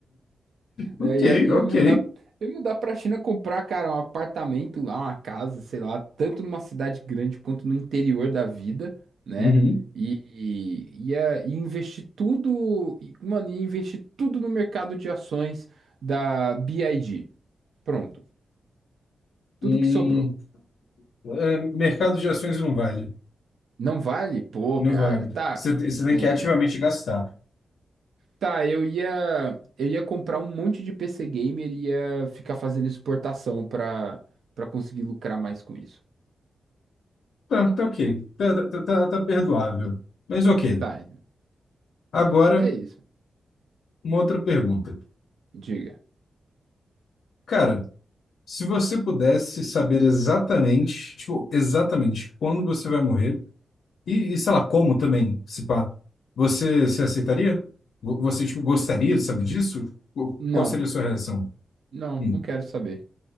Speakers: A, on the left; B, on the right.
A: Ok,
B: É, ia, ia
A: ok.
B: mudar, ia mudar pra China comprar, cara, um apartamento lá, uma casa, sei lá, tanto numa cidade grande quanto no interior da vida, né?
A: Uhum.
B: E, e ia, ia investir tudo, e, mano, ia investir tudo no mercado de ações da BID. Pronto, tudo
A: Hum,
B: que sobrou.
A: é, mercado de ações não vale.
B: Não vale? Pô,
A: Não
B: cara,
A: vale.
B: tá,
A: Você, você tem
B: né?
A: que ativamente gastar.
B: Tá, eu ia, eu ia comprar um monte de PC Gamer e ia ficar fazendo exportação pra, pra conseguir lucrar mais com isso.
A: Tá, tá ok. Tá, tá, tá, tá tá perdoável. Mas ok.
B: Tá,
A: Agora,
B: É isso.
A: uma outra pergunta.
B: Diga.
A: Cara, se você pudesse saber exatamente, tipo, exatamente quando você vai morrer, e, e sei lá, como também, se pá, você se aceitaria? Vo- Você, tipo, gostaria, sabe disso? Qu-
B: Não,
A: Qual seria a sua reação?
B: não,
A: Hum,
B: não quero saber.